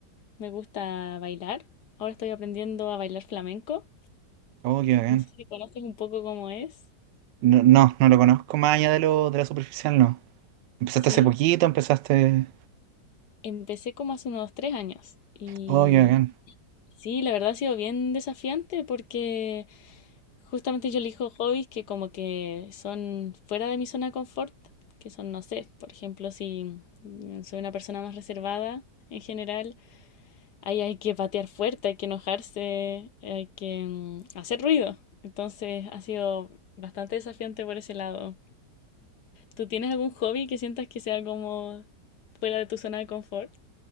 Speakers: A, on the left; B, on the right.
A: me gusta bailar. Ahora estoy aprendiendo a bailar flamenco.
B: Oh, qué bien.
A: No sé si conoces un poco cómo es.
B: No, no, no lo conozco más allá de lo de la superficial, no. Empezaste
A: Sí,
B: hace poquito, empezaste.
A: empecé como hace unos tres años. Y
B: Oh, qué bien.
A: sí, la verdad ha sido bien desafiante porque Justamente yo elijo hobbies que como que son fuera de mi zona de confort, que son, no sé, por ejemplo, si mm, soy una persona más reservada en general, ahí hay que patear fuerte, hay que enojarse, hay que mm, hacer ruido. Entonces ha sido bastante desafiante por ese lado. ¿Tú tienes algún hobby que sientas que sea como fuera de tu zona de confort?